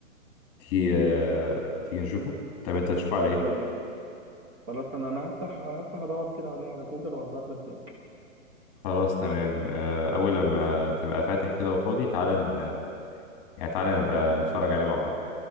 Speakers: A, on the left; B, on the right.
A: تيجي آه، تيجي نشوفه طب أنت هتشوفه على
B: يلا
A: إيه؟
B: بينا خلاص انا انا هفتح هفتح ادور كده عليه على جوجل وهبعت لك لينك
A: خلاص تمام آه، أول لما
B: اوكي
A: تبقى فاتح كده وفاضي تعالى ن- يعني تعالى نبقى نتفرج عليه مع بعض